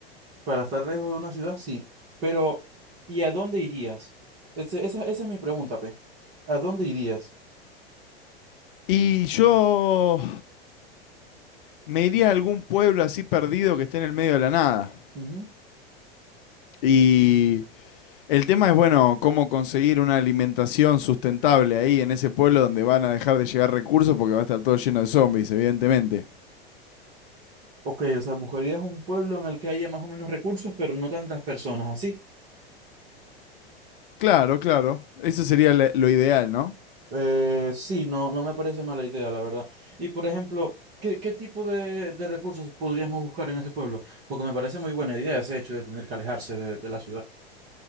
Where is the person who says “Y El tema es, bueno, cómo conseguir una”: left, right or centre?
Left